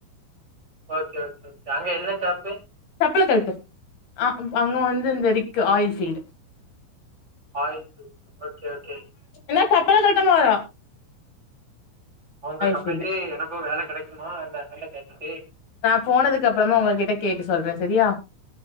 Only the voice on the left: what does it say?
சப்பலக் கழட்டு ஆ அங்க வந்து இந்த ரிக்கு oil field
என்ன சட்டய கயடுங்கோ
ஃபீல்டு
நா போனதுக்கு அப்பறமா அவுங்ககிட்ட கேட்டு சொல்றே செரியா